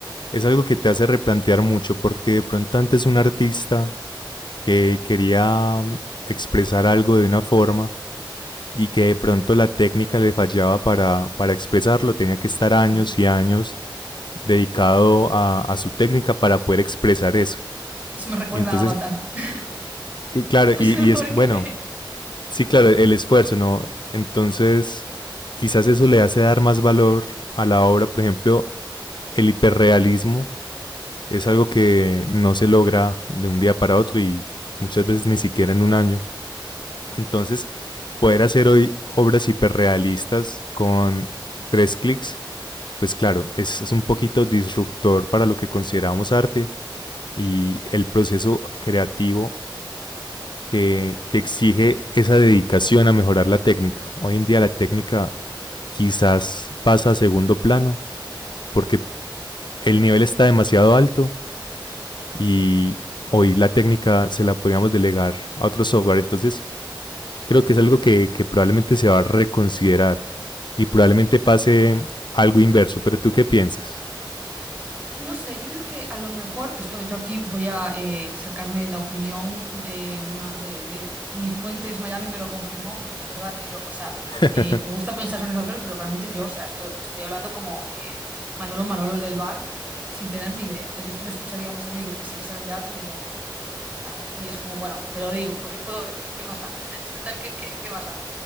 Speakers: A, on the left; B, on the right.
A: es algo que te hace replantear mucho porque de pronto antes un artista que quería mm, expresar algo de una forma y que de pronto la técnica le fallaba para, para expresarlo, tenía que estar años
B: Ujú.
A: y años dedicado a, a su técnica para poder expresar eso.
B: Se me recuerda
A: Entonces,
B: a Avatar. <laughs>
A: eh, claro,
B: No
A: y,
B: sé
A: y
B: por
A: es bueno,
B: qué.
A: Sí, claro, el esfuerzo, ¿no? Entonces, quizás eso le hace dar más valor a la obra. Por ejemplo, el hiperrealismo es algo que no se logra de un día para otro y muchas veces ni siquiera en un año. Entonces, poder hacer hoy obras hiperrealistas con tres clics, pues claro, es, es un poquito disruptor para lo que consideramos arte y el proceso creativo que, que exige esa dedicación a mejorar la técnica. Hoy en día la técnica quizás pasa a segundo plano porque el nivel está demasiado alto y hoy la técnica se la podríamos delegar a otro software. Entonces creo que es algo que, que probablemente se va a reconsiderar y probablemente pase algo inverso. Pero tú qué piensas?
B: Eh, No sé, yo creo que a lo mejor, esto yo aquí voy a eh, sacarme la opinión de, de una de, de- mi fuente es Miami, me lo confirmó, porque de verdad que yo, o sea,
A: <laughs>
B: eh, me gusta pensar sobre esas cosas, pero realmente yo, o sea, esto, estoy hablando como eh, Manolo Manolo el del bar, sin tener ni idea. O sea, yo esto me escucharía a mis amigos que sí que saben de arte y me dirían, pero ¿qué dices? En plan, Y es como, bueno, pero digo, porque puedo decir, ¿qué más da? <laughs> Es total, ¿qué, qué, qué más da?